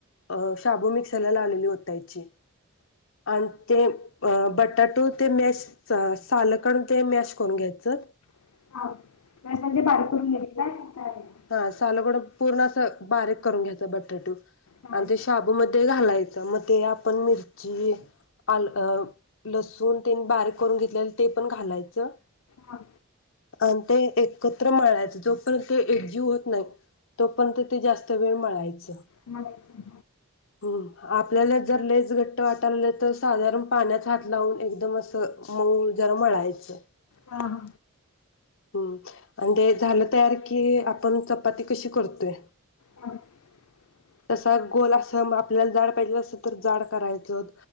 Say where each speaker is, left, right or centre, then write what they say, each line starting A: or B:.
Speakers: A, on the left (about 60°); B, on the left (about 85°).
A: अ शाबू मिक्सरला लावलेली होता याची आणि ते बट बटाटो ते मॅश सालकण ते मॅश करून घ्यायचं
B: <unintelligible>
A: हा सालगोड पूर्ण असं पा करून घ्यायचा बटाट
B: हा
A: आणि ते शाबूमध्ये घालाय च त म ते आपण मिर्ची आल अ लसु दोन तीन बारीक करून घेतले ते पण घालायचं
B: हा.
A: आणि ते एकत्र माळायचे जोपर्यंत ते एकजीव होत नाही तो पणंत ते जास वे मळायच
B: मलायचं
A: हो. आपल्याला जर लेस घट्ट वाटालं तर साधारण पाण्यात हात लावून एकदम असं मऊ जरा मळायचं.
B: हा हा.
A: हम्म आणि ते झालं तयार की आपण चपाती कशी करतोय
B: <unintelligible>
A: तसा गोल असं आपल्याला जाड पाहिजेल असत तर जाड करायचं